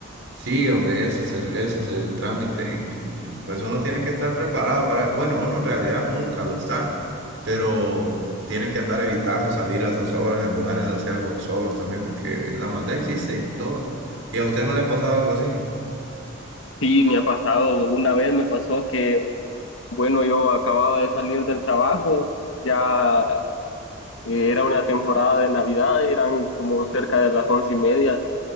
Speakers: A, on the right (about 70°); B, on the left (about 75°).
A: Sí, hombre, ese es el, ese es el trámite. Y, y, pues uno tiene que estar preparado para. Bueno, uno en realidad nunca lo está, pero tiene que andar evitando salir a esas horas en lugares así algo solos también, porque la maldad existe y todo, ¿no? ¿Y a usted no le ha pasado algo así?
B: Sí, me ha pasado, una vez me pasó que, bueno, yo acababa de salir del trabajo, ya eh, era una temporada de Navidad, eran como cerca de las once y media,